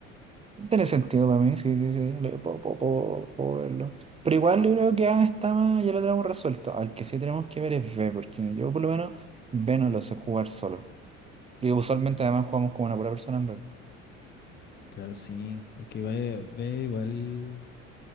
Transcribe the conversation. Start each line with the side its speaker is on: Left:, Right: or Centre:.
Right: Tiene sentido para mí, sí, sí, sí, lo- puedo, puedo- puedo- puedo verlo. Pero igual yo creo que A está más, ya lo tenemos resuelto. Al que sí tenemos que ver es B, porque yo por lo menos B no lo sé jugar solo. Y usualmente además jugamos como una pura persona en B.
Left: Claro, sí. Es que ve, ve igual.